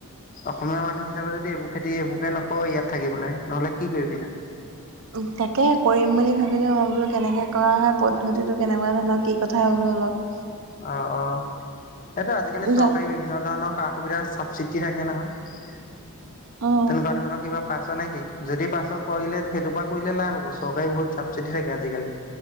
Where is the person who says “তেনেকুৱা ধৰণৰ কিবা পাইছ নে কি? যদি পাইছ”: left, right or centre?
Left